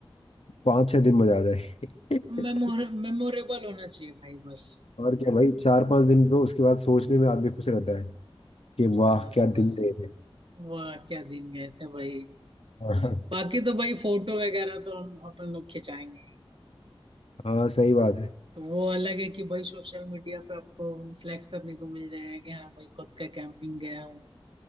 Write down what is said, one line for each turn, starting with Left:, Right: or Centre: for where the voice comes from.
Left: पाँच छह दिन मजा आ जाए <laughs>
Right: मेमोर मेमोरेबल होना चाहिए भाई बस
Left: और क्या भाई चार पांच दिन तो उसके बाद सोचने में आदमी खुश रहता है कि वाह
Right: बस
Left: क्या
Right: बस
Left: दिन थे
Right: वाह क्या दिन गए थे भाई
Left: हाँ
Right: बाकी तो भाई फोटो वगैरह तो हम अपन लोग खिंचाएंगे ही।
Left: <laughs> हाँ सही बात है
Right: तो वो अलग है कि भाई सोशल मीडिया पे आपको फ्लैक्स करने को मिल जाएगा कि हाँ भाई खुद का कैंपिंग गया हूँ